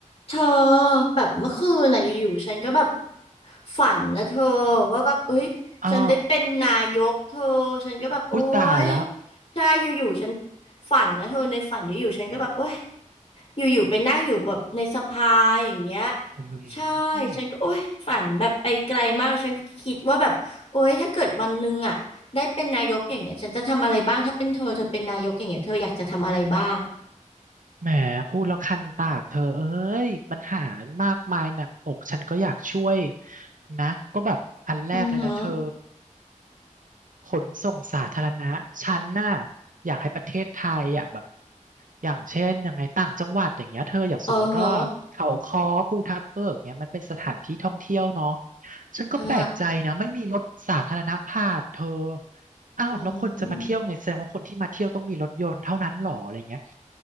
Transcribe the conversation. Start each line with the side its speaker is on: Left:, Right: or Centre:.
Left: เธอแบบเมื่อคืนน่ะอยู่ๆฉันก็แบบฝันนะเธอว่าแบบเอ้ยฉันได้เป็นนายกเธอฉันก็แบบโอ๊
Right: อ้ออุ้ยตายแล้ว
Left: ยใช่อยู่ๆฉันฝันนะเธอในฝันอยู่ๆฉันก็แบบโอ๊ยอยู่ๆไปนั่งอยู่แบบในสภาอย่างเงี้ย
Right: อ
Left: ใช่
Right: ืม
Left: ฉันก็โอ๊ยฝันแบบไปไกลมากแล้วฉันก็คิดว่าแบบโอ๊ยถ้าเกิดวันหนึงอ่ะได้เป็นนายกอย่างเงี้ยฉันจะทำอะไรบ้างถ้าเป็นเธอเธอเป็นนายกอย่างเงี้ยเธออยากจะทำอะไรบ้าง
Right: แหมพูดแล้วคันปากเธอเอ้ยปัญหามากมายหนักอกฉันก็อยากช่วยนะก็แบบอันแรกเลยนะเธอ
Left: อือหือ
Right: ขนส่งสาธารณะฉันน่ะอยากให้ประเทศไทยอ่ะแบบอย่างเช่นยังไงต่างจังหวัดอย่างเงี้ยเธออย่างสมมติว่าเขาค้อภูทับเบิกเงี้ยมันเป็นสถานที่ท่องเที่ยวเนาะ
Left: เออหรอ
Right: ฉันก็แปลกใจนะไม่มีรถสาธารณะผ่านเธอ
Left: อ่า
Right: อ้าวแล้วคนจะมาเที่ยวไงแสดงว่าคนที่มาเที่ยวต้องมีรถยนต์เท่านั้นหรออะไรเงี้ย
Left: อืม